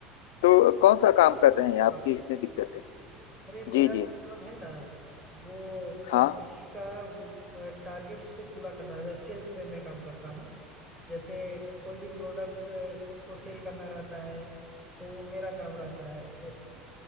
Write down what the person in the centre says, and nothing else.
मैं
भी
कोशिश
कर
रहा
हूँ
अरे मेरा
जो काम है ना वो कंपनी
का वो टारगेट्स को पूरा करना रहता है सेल्स में मैं काम करता हूँ जैसे कोई भी प्रोडक्ट को सेल करना रहता है तो वो मेरा काम रहता है और